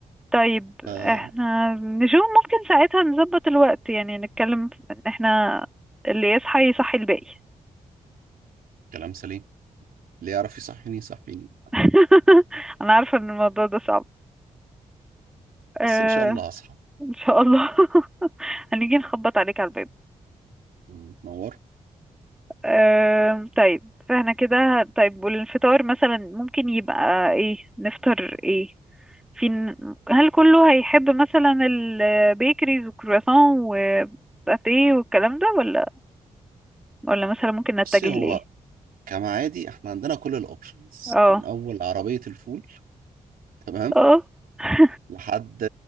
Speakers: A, in the centre; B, on the right (about 70°).
A: طيب
B: آه
A: احنا نشوف ممكن ساعتها نظبط الوقت يعني نتكلم ان احنا اللي يصحى يصحي الباقي
B: كلام سليم اللي يعرف يصحيني يصحيني
A: <laughs> انا عارفه ان الموضوع ده صعب أه
B: بس ان شاء الله هصحى
A: ان شاء الله <laughs> هنيجي نخبط عليك على الباب
B: مم. تنور
A: أه طيب فاحنا كده ه- طيب والفطار مثلا ممكن يبقى ايه نفطر ايه في هل كله هيحب مثلا البيكريز والكرواسون وباتيه والكلام ده ولا ولا مثلا ممكن نتجه
B: بصي هو
A: لايه
B: كما عادي احنا عندنا كل الاوبشنز
A: اه
B: من اول عربية الفول تمام
A: اه <laughs>
B: لحد